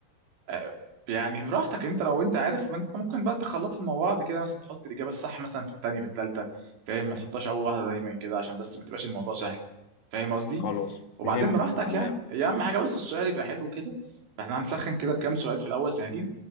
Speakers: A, on the right (about 75°); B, on the left (about 70°).
A: آه، يعني براحتك انت لو انت عارف ما انت ممكن بقى تخلطهم مع بعض كده مثلا تحط الاجابه الصح مثلا في الثانيه في الثالثه فاهم ما تحطهاش اول واحده دايما كده عشان بس ما تبقاش الموضوع سهل فاهم قصدي
B: خلاص
A: وبعدين
B: فهمتك
A: براحتك
B: أنا على
A: يعني
B: اللعبة كده
A: هي اهم حاجه بس السؤال يبقى حلو كده فاحنا هنسخن كده بكام سؤال في الاول سهلين